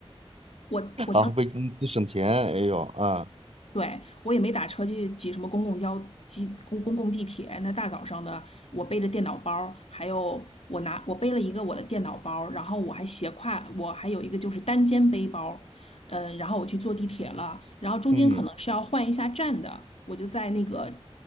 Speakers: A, on the left; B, on the right.
A: 我我当
B: 好为公司省钱。哎呦啊，
A: 对，我也没打车去挤什么公共交、挤公公共地铁。那大早上的，我背着电脑包儿，还有我拿我背了一个我的电脑包儿，然后我还斜挎，我还有一个就是单肩背包儿，嗯，然后我去坐地铁了，然后中间可能是要换一下站的，
B: 嗯
A: 我就在那个